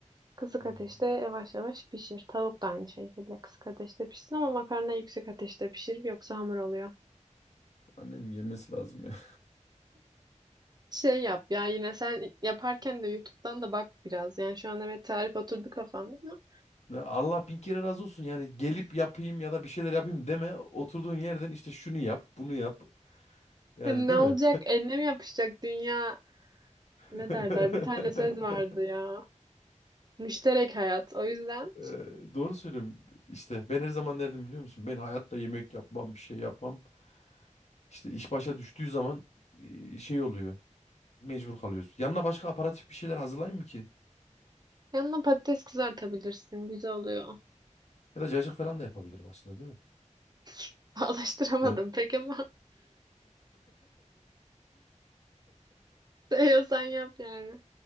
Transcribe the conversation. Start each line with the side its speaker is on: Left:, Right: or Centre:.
Right: Kısık
Left: Hmm,
Right: ateşte yavaş yavaş pişir. Tavuk da aynı şekilde kısık ateşte pişsin ama makarna yüksek ateşte pişir yoksa hamur oluyor.
Left: Annemin gelmesi lazım ya. <laughs>
Right: Şey yap ya yine sen yaparken de YouTube'dan da bak biraz. Yani şu an evet tarif oturdu kafanda ama
Left: Ne, Allah bin kere razı olsun yani gelip yapayım ya da bir şeyler yapayım deme. Oturduğun yerden işte şunu yap, bunu yap. Yani
Right: hani ne
Left: değil
Right: olacak?
Left: mi?
Right: Eline mi yapışacak dünya?
Left: <laughs>
Right: Ne derler? Bir tane söz vardı ya. Müşterek hayat. O yüzden
Left: Ee, doğru söylüyorum. İşte ben her zaman derdim biliyor musun? Ben hayatta yemek yapmam, bir şey yapmam. İşte iş başa düştüğü zaman e, şey oluyor. Mecbur kalıyoruz. Yanına başka aparatif bir şeyler hazırlayayım mı ki?
Right: yanına patates kızartabilirsin. Güzel oluyor.
Left: Ya da cacık falan da yapabilirim aslında değil mi?
Right: <laughs> Bağlaştıramadım
Left: Böyle.
Right: pek ama <laughs> seviyorsan yap yani.